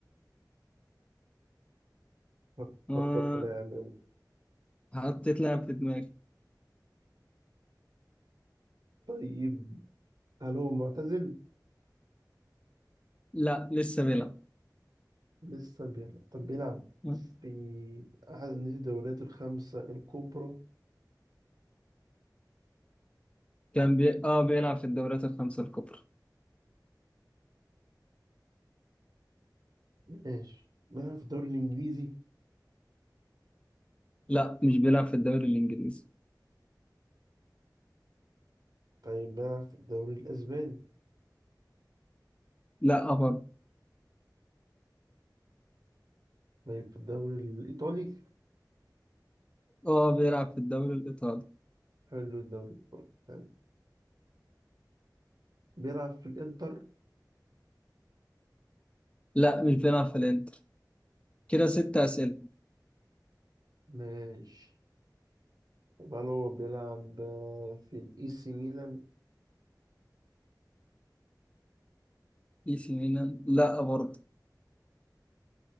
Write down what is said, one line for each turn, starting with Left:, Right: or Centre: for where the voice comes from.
Right: فك-
Left: آه
Right: فكر في لاعب يلا.
Left: حطيت لاعب في دماغي
Right: طيب هل هو معتزل؟
Left: لا لسه بيلعب
Right: لسه بيلعب طب بيلعب
Left: مم.
Right: في أحد الدوريات الخمسة الكبرى
Left: كان بي... اه بيلعب في الدوريات الخمسة الكبرى
Right: ماشي بيلعب في الدوري الإنجليزي
Left: لا مش بيلعب في الدوري الانجليزي
Right: طيب بيلعب في الدوري الأسباني
Left: لا برضه
Right: طيب في الدوري الإيطالي
Left: اه بيلعب في الدوري الايطالي
Right: حلو الدوري الإيطالي حلو بيلعب في الإنتر
Left: لا مش بيلعب في الانتر كده ست أسئلة
Right: ماشي طب هل هو بيلعب آه، في الإي سي ميلان
Left: اي سي ميلان لا برضه